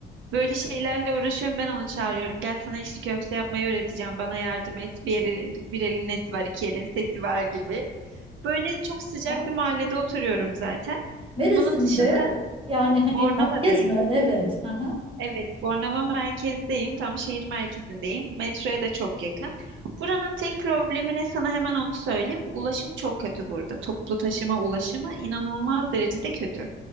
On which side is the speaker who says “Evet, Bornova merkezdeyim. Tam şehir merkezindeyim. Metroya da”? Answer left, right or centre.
Right